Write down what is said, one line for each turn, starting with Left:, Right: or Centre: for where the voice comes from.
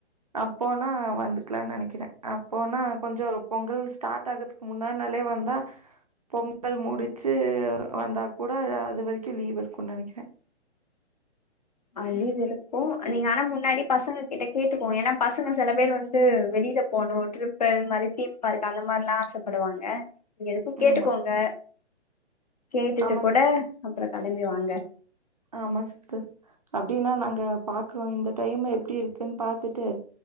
Right: அப்போனா வந்துக்கலாம்னு நெனைக்கிறே அப்போனா கொஞ்சொ பொங்கல் ஸ்டார்ட் ஆகுது முன்னா நாளே வந்தா பொங்கல் முடிச்சு வந்தா கூட அது வரைக்கும் லீவ் இருக்கு நினைக்கிறே
Left: அ லீவ் இருக்கும் நீங்க ஆனா முன்னாடி பசங்க கிட்ட கேட்டுக்குவோம் ஏன்னா பசங்க சில பேர் வந்து வெளியில போணு ட்ரிப்பு மாரி தீம் பார்க் அந்த மாரி எல்லா ஆசப்படுவாங்க நீங்க எதுக்கும் கேட்டுக்கோங்க
Right: ஆமா.
Left: கேட்டுட்டு
Right: ஆமா
Left: கூட
Right: சிஸ்டர்.
Left: அப்பற கெளம்பி வாங்க
Right: ஆமா சிஸ்டர் அப்டின்னா நாங்க பாக்குறோ இந்த டைம் எப்டி இருக்குன் பாத்துட்டு